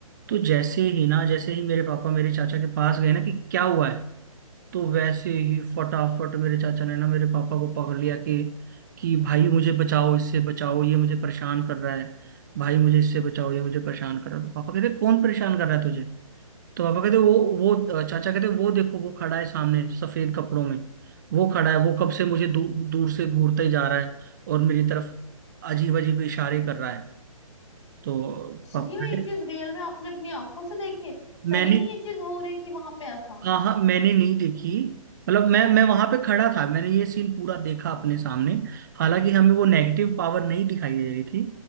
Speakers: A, on the right; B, on the left.
A: तो जैसे ही ना जैसे ही मेरे पापा मेरे चाचा के पास गए ना कि क्या हुआ है तो वैसे ही फटाफट मेरे चाचा ने ना मेरे पापा को पकड़ लिया कि कि भाई मुझे बचाओ इससे बचाओ ये मुझे परेशान कर रहा है भाई मुझे इससे बचाओ ये मुझे परेशान कर रहा है तो पापा कहते कौन परेशान कर रहा है तुझे तो पापा कहते वो वो चाचा कहते वो देखो वो खड़ा है सामने सफेद कपड़ों में वो खड़ा है वो कब से मुझे दू, दूर से घूरता ही जा रहा है और मेरी तरफ अजीब अजीब इशारे कर रहा है तो
B: सही
A: पापा
B: में ये
A: कहते
B: चीज रियल में आपने अपनी आंखों से देखी है? सही
A: मैंने
B: में ये चीज हो रही थी वहां पे ऐसा
A: हाँ हाँ मैंने नहीं देखी मतलब मैं मैं वहां पे खड़ा था मैंने ये सीन पूरा देखा अपने सामने हालांकि हमें वो नेगेटिव पावर नहीं दिखाई दे रही थी